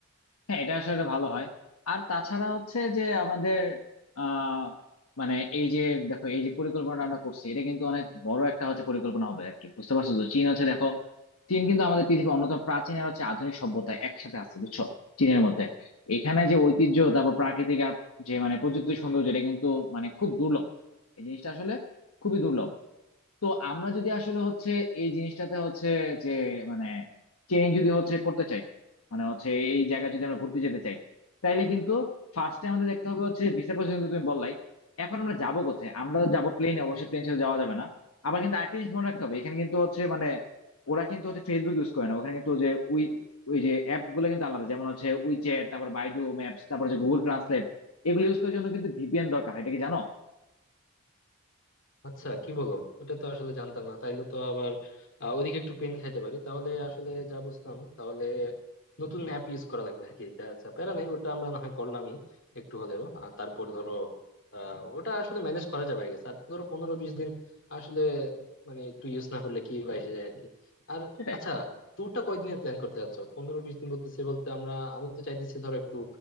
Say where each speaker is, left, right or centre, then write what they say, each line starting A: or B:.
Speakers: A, on the left (about 85°); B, on the left (about 60°).
A: হ্যাঁ এটা আসলে ভালো হয় আর তাছাড়া হচ্ছে যে আমাদের আহ মানে এই যে দেখো এই যে পরিকল্পনা আমরা করছি এটা কিন্তু অনেক বড় একটা হচ্ছে পরিকল্পনা হবে আর কি বুঝতে পারছো তো চীন হচ্ছে দেখো চীন কিন্তু আমাদের পৃথিবীর অন্যতম প্রাচীন আর হচ্ছে আধুনিক সভ্যতা একসাথে আছে বুঝছো চীনের মধ্যে এখানে যে ঐতিহ্য তারপর প্রাকৃতিক আর যে মানে প্রযুক্তি সৌন্দর্য এটা কিন্তু মানে খুব দুর্লভ এই জিনিসটা আসলে খুবই দুর্লভ তো আমরা যদি আসলে হচ্ছে এই জিনিসটাতে হচ্ছে যে মানে চেঞ্জ যদি হচ্ছে করতে চাই মানে হচ্ছে এই জায়গায় যদি আমরা ঘুরতে যেতে চাই তাইলে কিন্তু ফার্স্টে আমাদের দেখতে হবে হচ্ছে ভিসা প্রসেস কিন্তু তুমি বললাই এখন আমরা যাবো কোথায় আমরা তো যাবো প্লেনে অবশ্যই প্লেন ছেড়ে যাওয়া যাবে না আবার কিন্তু আরেকটা জিনিস মনে রাখতে হবে এখানে কিন্তু হচ্ছে মানে ওরা কিন্তু হচ্ছে ফেসবুক ইউজ করে না ওখানে কিন্তু যে উই ওই যে অ্যাপ গুলো কিন্তু আলাদা যেমন হচ্ছে উইচ্যাট তারপর বাইডু ম্যাপস তারপর যে গুগল ট্রান্সলেট এগুলো ইউজ করার জন্য কিন্তু ভিপিএন দরকার হয় এটা কি জানো
B: আচ্ছা কি বলো এটা তো আসলে জানতাম না তাইলে তো আবার আহ, ওদিকে একটু পেন খাইতে পারি তাহলে আসলে যা বুঝলাম তাহলে নতুন অ্যাপ ইউজ করা লাগবে আর কি যা, আচ্ছা প্যারা নাই ওটা আমরা না হয় করলামই একটু হলেও আর তারপর ধরো আহ, ওটা আসলে ম্যানেজ করা যাবে আই গেস আর ধরো পনেরো বিশ দিন আসলে মানে একটু ইউজ না করলে কি বা এসে যায় আর কি আর
A: সেটাই
B: আচ্ছা ট্যুরটা কয়দিনের প্ল্যান করতে চাচ্ছ পনেরো বিশ দিন বলতেছি বলতে আমরা আমি তো চাইতেছি ধরো একটু